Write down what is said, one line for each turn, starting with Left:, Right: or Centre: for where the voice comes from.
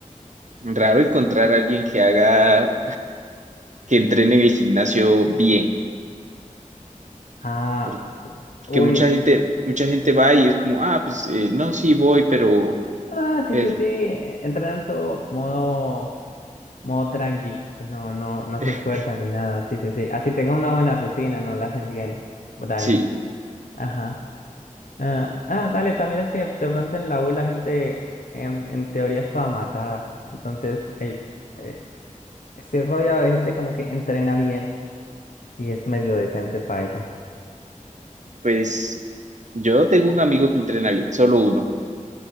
Right: Raro encontrar a alguien que haga, que entrene en el gimnasio bien,
Left: Ah,
Right: por- porque
Left: uy.
Right: mucha gente, mucha gente va y es como, ah, pues eh, no, sí voy, pero,
Left: Ah, sí,
Right: pero,
Left: sí, sí. Entrenan todo modo, modo tranqui. No, no, no
Right: <laughs>
Left: se esfuerzan ni nada. Sí, sí, sí. Así tenga una buena rutina, no la hacen bien. Dale.
Right: sí,
Left: Ajá. Ah, ah, dale, también es que de pronto en la U la gente en, en teoría es toda matada. Entonces, eh, eh, estoy rodeado de gente como que entrena bien y es medio decente para eso.
Right: pues yo tengo un amigo que entrena bien, solo uno,